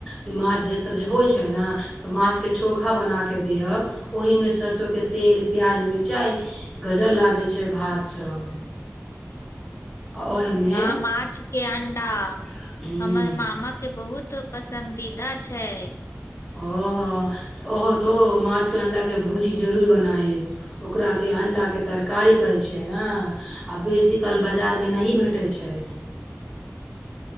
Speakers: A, in the centre; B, on the left (about 60°).
A: ई माछ जे सभ जे होइ छै ने तऽ माछके चोखा बनाके दहब ओहिमे सरिसोकं तेल प्याज मिरचाइ गजर लागैत छै भात सब ओहिमे
B: ह ह माछ के अंडा
A: हम्म
B: हमर मामा के बहुत त पसन्दीदा छै
A: ओहो तऽ ओहो तो माछके अंडाके भुजी जरूर बनाइब ओकराके अण्डाके तरकारी कहै छियै ने आ बेसीकाल बाजारमे नै भेटै छै